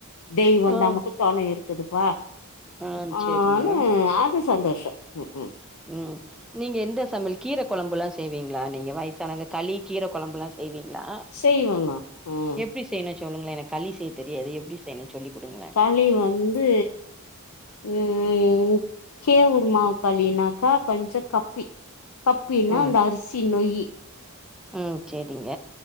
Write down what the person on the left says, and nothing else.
தெய்வோ வந்து
நமக்கு தொணை இருக்குதுப்பா
ஆன்னு
அது சந்தோஷோ ம் ம்
செய்வங்க. ம்
களி வந்து ம் ம் கேவுரு மாவுக்களின்னாக்கா கொஞ்ச கப்பி கப்பின்னா
அந்த அரிசி நொய்யி